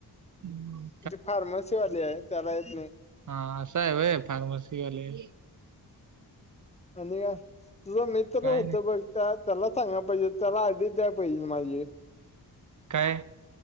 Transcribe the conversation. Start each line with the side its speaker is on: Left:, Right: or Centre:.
Right: हम्.
Left: ती फार्मसीवाली हाय. त्याला येत नाही.
Right: हा असाय होय. फार्मसीवालिय.
Left: आणि काय? तुझा मित्र
Right: काय
Left: होता
Right: नाही.
Left: बघ. त्या त्याला सांगाया पाहिजे. त्याला आयडी द्याया पाहिजे माझी एक.
Right: काय?